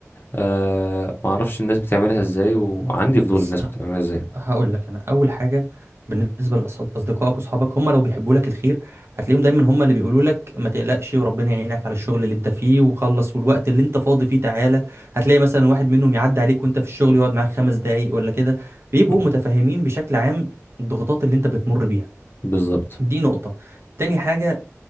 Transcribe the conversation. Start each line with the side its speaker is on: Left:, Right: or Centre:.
Left: آه ما اعرفش الناس بتعملها ازاي وعندي فضول
Right: بس
Left: الناس
Right: ه-
Left: بتعملها ازاي
Right: هقول لك انا اول حاجه بالنسبه لاصدقائك واصحابك هم لو بيحبوا لك الخير هتلاقيهم دايما هم اللي بيقولوا لك ما تقلقش وربنا يعينك على الشغل اللي انت فيه وخلص والوقت اللي انت فاضي فيه تعالى هتلاقي مثلا واحد منهم يعدي عليك وانت في الشغل يقعد معاك خمس دقايق ولا كده بيبقوا
Left: مم.
Right: متفاهمين بشكل عام الضغوطات اللي انت بتمر بيها
Left: بالظبط
Right: دي نقطه تاني حاجه